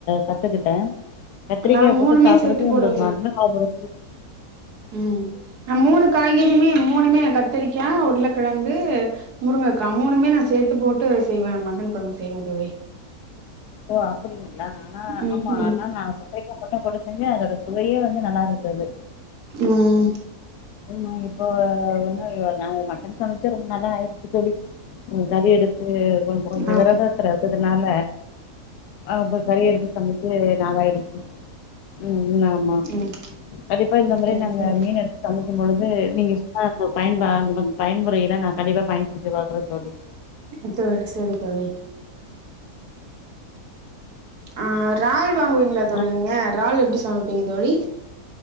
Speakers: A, on the left; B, on the right.
A: கத்துக்கிட்ட கத்ரிக்கா
B: நா மூணுமே
A: போட்டு சாப்பிடறக்கு
B: சேத்து போடுவே
A: இந்த
B: சேத்
A: மட்டன் குழம்பு ரூசி
B: ம் நா மூணு காய்கறியுமே மூணுமே கத்ரிக்கா உருளக் கிழங்கு முருங்கக்கா மூனுமே நா சேத்து போட்டு போட்டு செய்வே மட்டன் கொழம்பு செய்வ தோழி
A: ஓ அப்டிங்களா ஆனா
B: ம்
A: ஆமா
B: ம்
A: ஆனா நா கத்ரிக்கா மட்டு போட்டு அப்போ வந்து அதோட சுவையே வந்து நல்லா இருந்தது
B: ம்
A: உ இப்போ ஒன்னு நாங்க மட்டன் சமச்சே ரொம் நாளா ஆயிடுச்சு தோழி கறி எடுத்து கொஞ்சோ கொஞ்சோ
B: ஆ
A: விரதத்துல னால அப்ப கறி எடுத்து சமைக்கவே நாளாயிடுச்சு ம் ஆமா
B: ம்
A: கண்டிப்பா இந்த முறை
B: சரி
A: நாங்க
B: தோழி
A: மீன் எடுத் செய்யும் பொழுது நீங்க சொன்ன அந்த பயன்பா அந்த பயன்முறையில நா கண்டிப்பா பயன்படுத்தி பாக்குறே தோழி
B: <unintelligible> சேரி தோழி ஆ இறால் வாங்குவீங்களா தோழி
A: ஆ
B: நீங்க இறால் எப்டி சமப்பீங்க தோழி